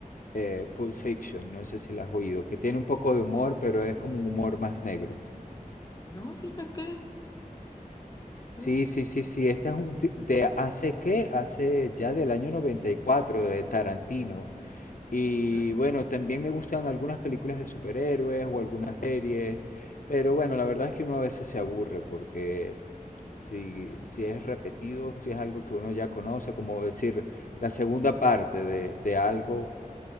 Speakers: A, on the left; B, on the left.
A: eh, Pulp Fiction, no sé si la has oído, que tiene un poco de humor, pero es como un humor más negro.
B: No, fíjate, Pulp.
A: Sí, sí, sí, sí, esta es un ti- de hace qué, hace ya del año 94 de Tarantino. Y
B: ¿Ah?
A: bueno, también me gustan algunas películas de superhéroes o algunas series, pero bueno, la verdad es que uno a veces se aburre porque si, si es repetido, si es algo que uno ya conoce, como decir la segunda parte de, de algo